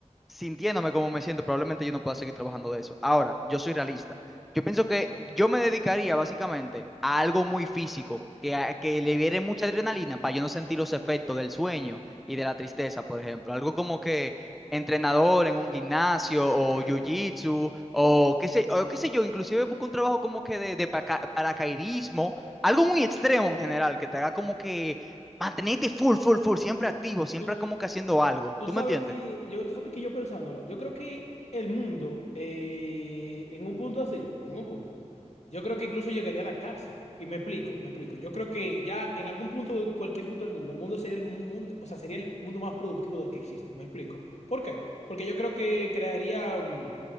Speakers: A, in the centre; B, on the left (about 70°).
A: sintiéndome como me siento, probablemente yo no pueda seguir trabajando de eso. Ahora, yo soy realista. Yo pienso que yo me dedicaría básicamente a algo muy físico, que, a- que libere mucha adrenalina para yo no sentir los efectos del sueño y de la tristeza, por ejemplo. Algo como que entrenador en un gimnasio o
B: Ok,
A: jiu-jitsu o
B: ok,
A: qué sé, o qué sé yo, inclusive busco un trabajo como que de, de paca- paracaidismo, algo muy extremo en general, que te haga como que Mantenete full, full, full, siempre activo, siempre
B: ok.
A: como que haciendo algo.
B: Tú
A: ¿Tú
B: sabes
A: me entiendes?
B: que yo, tú sabes que yo pensándolo, yo creo que el mundo, eh, en un punto así, en un punto, yo creo que incluso llegaría a adaptarse. Y me explico, me explico. Yo creo que ya en algún punto, de cualquier punto del mundo, el mundo sería el mundo, o sea, sería el mundo más productivo de- que existe. Me explico. ¿Por qué? Porque yo creo que crearía mm,